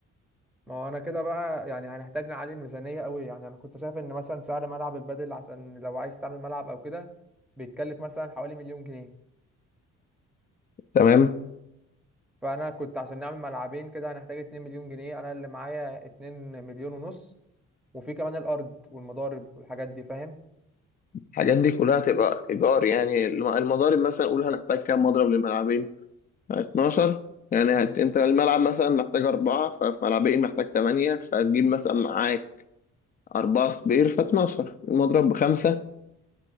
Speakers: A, in the centre; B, on the left (about 30°).
A: ما هو انا كده بقى يعني هنحتاج نعلي الميزانيه قوي يعني انا كنت شايف ان مثلا سعر ملعب البادل عشان لو عايز تعمل ملعب او كده بيتكلف مثلا حوالي مليون جنيه
B: تمام
A: فانا كنت عشان نعمل ملعبين كده هنحتاج 2 مليون جنيه انا اللي معايا 2 مليون ونص وفي كمان الارض والمضارب والحاجات دي فاهم
B: الحاجات دي كلها تبقى ايجار يعني الم- المضارب مثلا قول هنحتاج كام مضرب للملعبين 12 يعني هت- انت الملعب مثلا محتاج أربعة ففي ملعبين محتاج تمانية فهتجيب مثلا معاك أربعة صبير في 12 المضروب بخمسة